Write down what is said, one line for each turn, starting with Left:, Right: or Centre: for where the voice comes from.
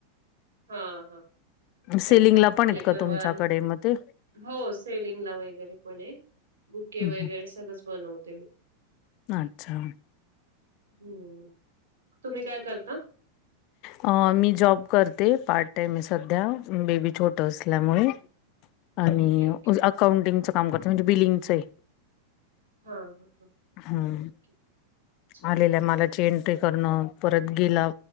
Right: हा हा.
Left: सेलिंगला
Right: ते आत्ताच झाले
Left: पण आहेत
Right: परवान,
Left: का तुमच्याकडे मग ते
Right: हो सेलिंग ला वगैरे पण ये. बुके
Left: हं,
Right: वगैरे
Left: हं.
Right: सगळंच बनवते मी.
Left: अच्छा.
Right: हं. तुम्ही काय करता?
Left: अ मी जॉब करते, पार्ट टाइम आहे सध्या. बेबी छोट असल्यामुळे. आणि
Right: ओके, ओके.
Left: अकाउंटिंगचं काम करत म्हणजे बिलिंगच ये.
Right: हां, हां, हां.
Left: हुं.
Right: ओके. चालेल.
Left: आलेल्या माला ची एंट्री करण, परत गेला